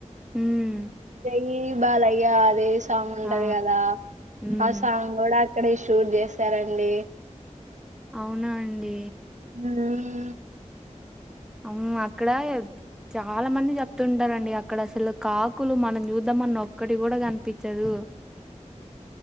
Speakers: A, in the centre; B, on the right.
A: మ్మ్
B: జై బాలయ్యా అదే సాంగ్ ఉంటది
A: ఆ
B: కదా
A: ఉమ్
B: ఆ సాంగ్ కూడా అక్కడే షూట్ చేసారండి
A: అవునా అండి
B: మ్మ్
A: అమ్ అక్కడ చాలా మంది చెప్తుంటారండి అక్కడ అసలు కాకులు మనం చూద్దామన్న ఒక్కటి కూడా కనిపిచ్చదు అ